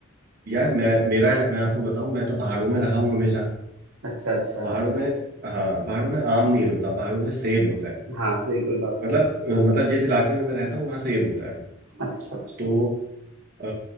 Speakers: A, on the right; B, on the right.
A: यार मैं मेरा मैं आपको बताऊं मैं तो पहाड़ों में रहा हूँ हमेशा
B: अच्छा अच्छा
A: पहाड़ों में हाँ पहाड़ों में आम नहीं होता पहाड़ों में सेब होता है
B: हाँ बिल्कुल बात सही
A: मतलब अ, मतलब जिस इलाके में मैं रहता हूँ वहाँ सेब होता है
B: अच्छा अच्छा
A: तो अ,